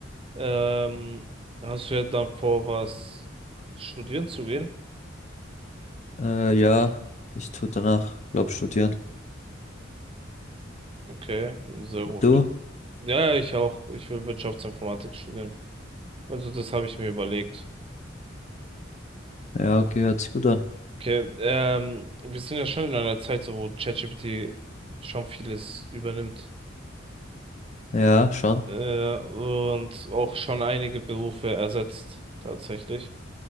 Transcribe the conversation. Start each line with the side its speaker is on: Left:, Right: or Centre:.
Right: Ähm, hast du ja dann vor, was studieren zu gehen?
Left: Äh, ja, ich tu danach, glaub, studieren.
Right: Okay, sehr gut.
Left: Du?
Right: Ja, ja, ich auch. Ich will Wirtschaftsinformatik studieren. Also das habe ich mir überlegt.
Left: Ja, okay, hört sich gut an.
Right: Okay, ähm, wir sind ja schon in einer Zeit, so wo ChatGPT schon vieles übernimmt.
Left: Ja, schon.
Right: Äh, und auch schon einige Berufe ersetzt, tatsächlich.